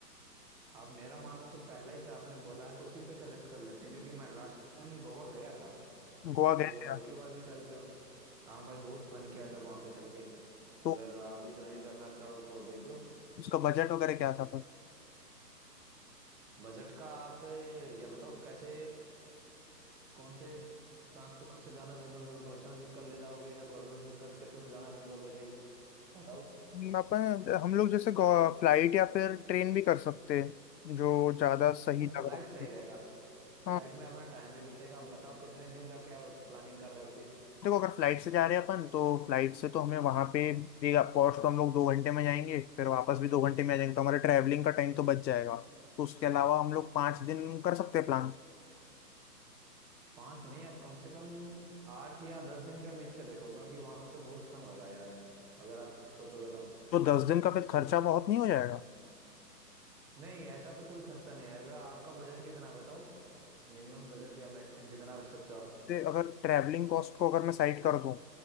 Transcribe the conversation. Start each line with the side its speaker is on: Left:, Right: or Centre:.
Centre: आप मेरा मानो तो पहले ही से आपने बोला है तो उसी पे सेलेक्ट कर लेते हैं क्योंकि मैं लास्ट टाइम गोवा गया था
Left: गोवा
Centre: तो
Left: गए थे यार,
Centre: अब की बार भी चलते हैं हाँ भाई बहुत फन किया था वहां पे चल के
Left: तो
Centre: अगर आप भी ज्वाइन करना चाहो तो देख लो
Left: उसका बजट वगैरह क्या था
Centre: बजट का आप ये बताओ कैसे कौन से ट्रांसपोर्ट से जाना सही समझोगे पर्सनल व्हीकल ले जाओगे या गवर्नमेंट व्हीकल्स के थ्रू जाना समझोगे सही बताओ
Left: हम- अपन हम लोग जैसे फ्लाइट या फिर ट्रेन भी कर सकते हैं जो ज़्यादा सही लगा
Centre: फ्लाइट सही रहेगा
Left: हाँ
Centre: फ्लाइट में अपना टाइम भी बचेगा आप बताओ कितने दिन का क्या प्लानिंग कर रहे हो फिर
Left: देखो अगर फ्लाइट से जा रहे हैं अपन तो फ्लाइट से तो हमें वहाँ पे एक पहुँच तो हम लोग दो घंटे में जाएंगे फिर वापस भी दो घंटे में आ जाएंगे तो हमारा ट्रैवलिंग का टाइम तो बच जाएगा तो उसके अलावा हम लोग पाँच दिन कर सकते हैं प्लान
Centre: पांच नहीं आप कम से कम आठ या दस दिन का बीच का देखो क्योंकि वहां पे बहुत फन होगा यार अगर आप सोचोगे तो
Left: तो दस दिन का फिर खर्चा बहुत नहीं हो जाएगा
Centre: नहीं ऐसा तो कोई खर्चा नहीं आएगा आपका बजट कितना है बताओ मिनिमम बजट या मैक्सिमम कितना रख सकते हो आप
Left: जैसे अगर ट्रैवलिंग कॉस्ट को अगर मैं साइड कर दूं